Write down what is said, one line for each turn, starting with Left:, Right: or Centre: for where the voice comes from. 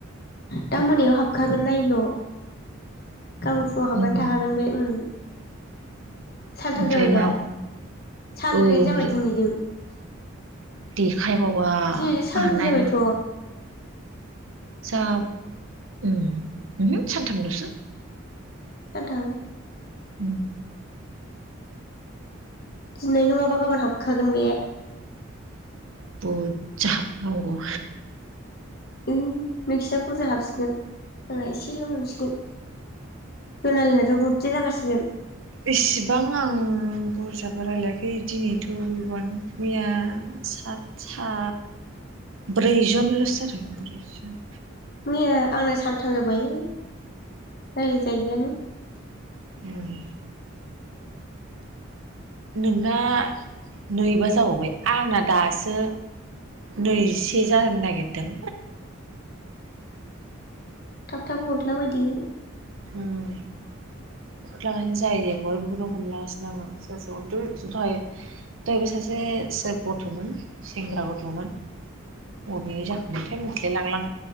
Left: दा मोनायाव हाबखागोन नायल। गाबोन फुङाव हाबनानै
Right: उम
Left: थागोन बे उ। सानथाम
Right: ओमफ्राय
Left: जाबाय दा
Right: मा औ
Left: सानब्रैयानो
Right: ओमफ्राय
Left: जाबाय दिनैजों।
Right: देखायबावा
Left: दिनैजों सानब्रै
Right: आंहा नायनो
Left: जाबायथ'
Right: जाब उम ओहो सानथामल'सो।
Left: सानथाम?
Right: उम।
Left: दिनै नङाबा गाबोन हाबखागोन बे।
Right: बुरजा हाबबा हामगौ।
Left: उम नोंसिना बुरजा हाबसिगोन, आंहा एसेल' मोनसिगोन। जनालिनाथ' बुरजा जाखासिगोन।
Right: इसेबां आं बुरजाबो रायलायाखै दिनैथ' गैबावानो मैया सात सा ब्रै जोनल'सो जादों ब्रै जोन।
Left: मैया आंना सानथाम जाबाय रायलाय जायैयानो।
Right: ओम। नोंना नैबा जाबावबाय आंना दासो नैजिसे जानो नागिरदों।
Left: थाब थाब हरला बायदो।
Right: उम। हरलागासिनो जाय जाय हरो बेखौनो हमलागासिनो आङो सोर सोर हरदो दहाय दहायबो सासे सोर गथ'मोन सेंग्रा गथ'मोन। अबेनि जाखोमोनथाय ओमफ्राय मिथिलाय लांला आं